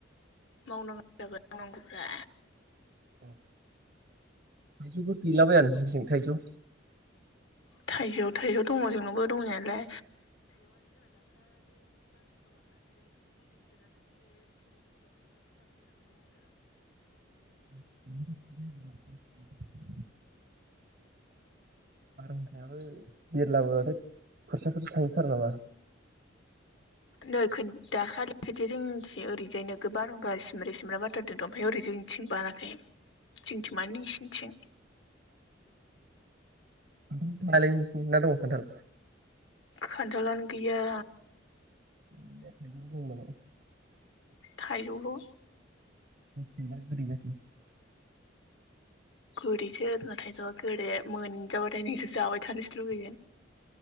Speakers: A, on the left; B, on the right.
A: मावनाङा जाबा मावांनांगौब्रा।
B: औ। थायजौफोर गैलाबाया नोंसिनिथिं थायजौ?
A: थाइजौ थाइजौ दङ जोंनावबो दंनाया।
B: <inaudible> बारहुंखायाबो बिरलाबोबाथाय फोसाफोरसो थांजोबथारो नामा?
A: नै दाखालि खिथिया जोंं ओरैजायनो बारहुंखा सिमब्र सिमबा बारथारदों ओमफ्रायाय ओरै जों थिं बाराखै। जोंथिं माने इसिनिथिं।
B: <unintelligible> दं खान्थाल?
A: खानथालानो गैया।
B: <unintelligible>
A: थाइजौल।
B: <unintelligible>
A: गोदैसो जोंना थाइजौआ गोदे मोनजाबाथाय नोंसो जाबाय थानोसो लुुबैगोन